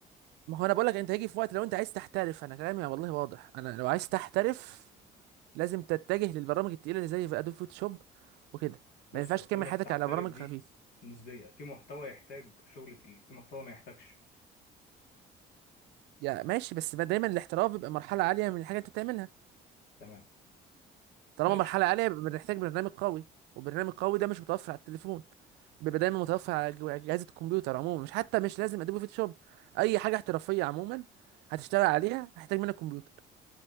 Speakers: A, on the right; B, on the left.
A: ما هو انا بقول لك انت هيجي في وقت لو انت عايز تحترف انا كلامي والله واضح انا لو عايز تحترف لازم تتجه للبرامج التقيله اللي زي ادوبي فوتوشوب وكده
B: بص
A: ما ينفعش
B: هو كلمة
A: تكمل حياتك
B: تحترف
A: على برامج
B: دي
A: خفيفه
B: نسبية في محتوى يحتاج شغل تقيل في محتوى ما يحتاجش
A: يا ماشي بس ما دايما الاحتراف بيبقى مرحله عاليه من الحاجه اللي انت بتعملها
B: تمام
A: طالما
B: ماشي
A: مرحله عاليه بيبقى بنحتاج برنامج قوي وبرنامج قوي ده مش متوفر على التليفون بيبقى دايما متوفر على جو- اجهزه الكمبيوتر عموما مش حتى مش لازم ادوبي فوتوشوب اي حاجه احترافيه عموما هتشتغل عليها هتحتاج منك كمبيوتر